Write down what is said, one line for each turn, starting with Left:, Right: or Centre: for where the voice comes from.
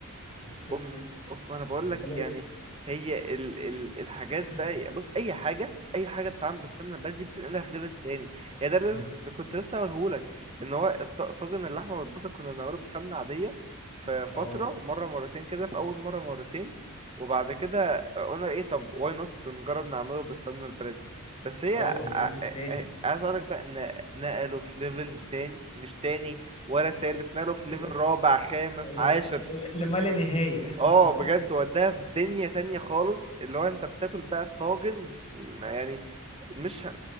Left: بالسمنة
Right: اوف اوف انا بقول
Left: البلدي
Right: لك يعني هي ال ال الحاجات بقى
Left: <clears throat>
Right: بص اي حاجه اي حاجه بتتعمل بالسمنه البلدي بتنقلها في ليفل تاني يعني ده اللي
Left: بالظبط
Right: لازم- اللي كنت لسه هقوله لك ان هو الط- طاجن اللحمه والبصل كنا بنعمله بسمنه عاديه في فتره
Left: اه
Right: مره مرتين كده في اول مره مرتين وبعد كده قلنا ايه طب واي نوت نجرب نعمله بالسمنه البلدي بس هي
Left: اه
Right: ع-
Left: ده ليفل
Right: ع-
Left: تاني
Right: ع- عايز اقول لك بقى ان نقله في ليفل تاني مش تاني ولا تالت نقله في
Left: <laughs>
Right: ليفل رابع خامس
Left: لا
Right: عاشر
Left: لما لا نهاية <laughs>
Right: اه بجد وداها في دنيا تانية خالص اللي هو انت بتاكل بقى طاجن ما يعني مش ه...